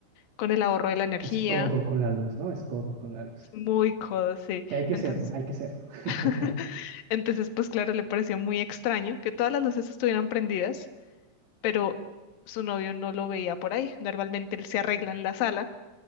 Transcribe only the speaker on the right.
Es codo con la luz, ¿no? Es codo con la luz.
Que hay que
serlo, hay que serlo. <laughs>